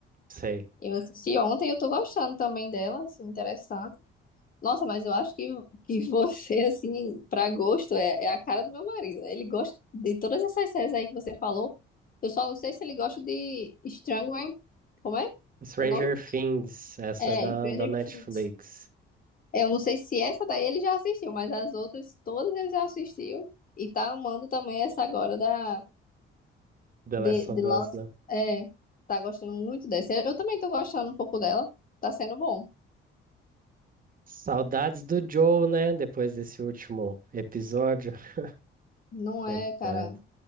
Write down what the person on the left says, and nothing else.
Eu assisti ontem, eu tô gostando também dela, assim, interessante. Nossa, mas eu acho que, que <laughs> você, assim, pra gosto, é, é a cara do meu marido. né? Ele gosta de todas essas séries aí que você falou. Eu só não sei se ele gosta de Strangler. Como é
o nome?
É,
Stranger
Things. Eu não sei se essa daí ele já assistiu, mas as outras todas ele já assistiu. E tá amando também essa agora da
de,
de Lost.
É, tá gostando muito dessa. Eu também tô gostando um pouco dela. Tá sendo bom.
Não
é, cara.